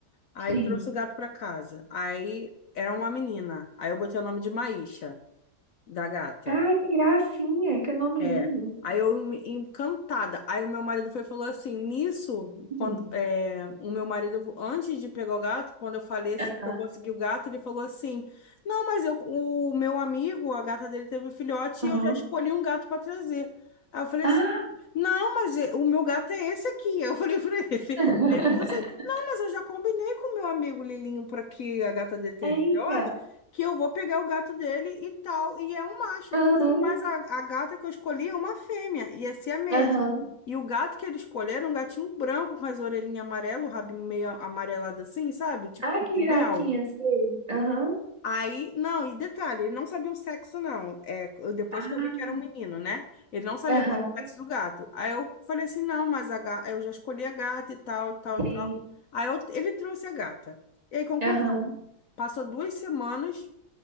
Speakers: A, on the left; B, on the right.
A: aí
B: Sim.
A: trouxe o gato pra casa. Aí era uma menina, aí eu botei o nome de Maísa, da gata.
B: Ai, que gracinha, que nome
A: É.
B: lindo.
A: Aí eu me- encantada. Aí o meu marido foi e falou assim, nisso, quando
B: Uhum.
A: é, o meu marido antes de pegar o gato, quando eu falei assim
B: Aham.
A: que eu consegui o gato, ele falou assim: "Não, mas eu o meu amigo, a gata dele teve um filhote
B: Aham.
A: e eu já escolhi um gato para trazer". Aí eu falei
B: Ah,
A: assim: "Não, mas é- o meu gato é esse aqui". Eu falei para ele.
B: <laughs>
A: Ele falou assim: "Não, mas eu já combinei com o meu amigo Lilinho para que a gata dele tenha
B: eita.
A: filhote" que eu vou pegar o gato dele e tal. E é um macho.
B: Aham.
A: Eu falei assim, mas a, a gata que eu escolhi é uma fêmea, e é siamesa.
B: Aham.
A: E o gato que ele escolheu era um gatinho branco com as orelhinhas amarelas, o rabinho meio amarelado assim, sabe? Tipo
B: Ai, que
A: de
B: gracinha,
A: mel.
B: sei. Aham.
A: Aí, não, e detalhe, ele não sabia o sexo, não. É, eu- depois
B: Ah,
A: que eu vi que era um menino, né? Ele não sabia
B: aham.
A: qual era o sexo do gato. Aí eu falei assim, não, mas a ga... eu já escolhi a gata e tal, tal, tal.
B: Sim.
A: Aí eu- ele trouxe a gata. E aí, conclusão,
B: Aham.
A: passou duas semanas,